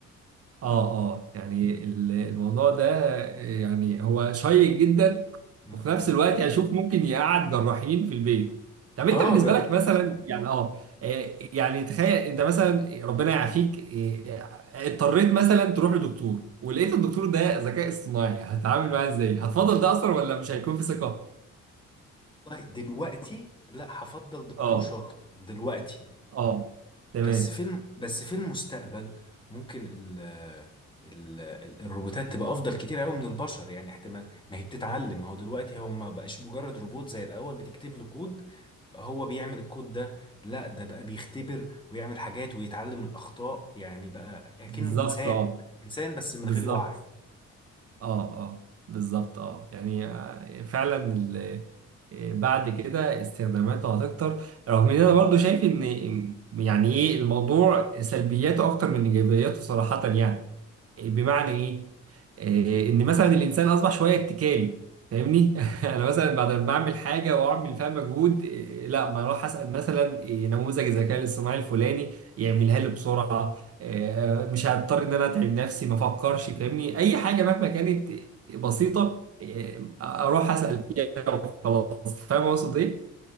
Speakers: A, on the right (about 50°); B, on the left (about 15°).
A: اه اه يعني ال- الموضوع ده آه، يعني هو شيق جدا
B: مم.
A: وفي نفس الوقت اشوف ممكن يقعد جراحين في البيت طب
B: اه
A: انت بالنسبه
B: بقى
A: لك مثلا يعني اه آه، يعني تخيل انت مثلا ربنا يعافيك آه، اضطريت مثلا تروح لدكتور ولقيت الدكتور ده ذكاء اصطناعي هتتعامل معاه ازاي؟ هتفضل ده اصلا ولا مش هيكون في ثقه؟
B: والله دلوقتي لا هفضل دكتور
A: اه
B: شاطر دلوقتي
A: اه تمام
B: بس في الم... بس في المستقبل ممكن ال... ال... ال- الروبوتات تبقى افضل كتير قوي من البشر يعني احتمال ما هي بتتعلم ما هو دلوقتي هم ما بقاش مجرد روبوت زي الاول بتكتب له كود هو بيعمل الكود ده لا ده بقى بيختبر ويعمل حاجات ويتعلم من الأخطاء يعني بقى كأنه
A: بالظبط
B: إنسان
A: اه
B: إنسان بس من
A: بالظبط
B: غير وعي
A: اه اه بالظبط اه يعني آه، فعلا ال- آه، بعد كده استخداماته هتكتر رغم ان انا برضو شايف ان يعني ايه الموضوع سلبياته اكتر من ايجابياته صراحة يعني آه، بمعنى ايه؟ آه، ان مثلا الانسان اصبح شويه اتكالي فاهمني؟ <laughs> انا مثلا بعد ما بعمل حاجه واعمل فيها مجهود آه، لا ما اروح اسال مثلا آه، نموذج الذكاء الاصطناعي الفلاني يعملها لي بسرعه آه، مش هضطر ان انا اتعب نفسي ما افكرش فاهمني؟ اي حاجه مهما كانت آه، بسيطه آه، اروح اسال فيها وخلاص فاهم اقصد ايه؟